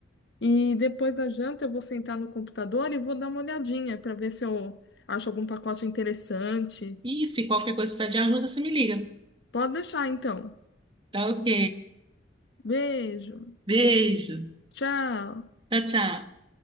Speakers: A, on the left; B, on the right.
A: E depois da janta eu vou sentar no computador e vou dar uma olhadinha para ver se eu acho algum pacote interessante.
B: E se qualquer coisa precisar de ajuda, você me liga.
A: Pode deixar então.
B: Tá ok.
A: Beijo.
B: Beijo.
A: Tchau.
B: Tchau, tchau.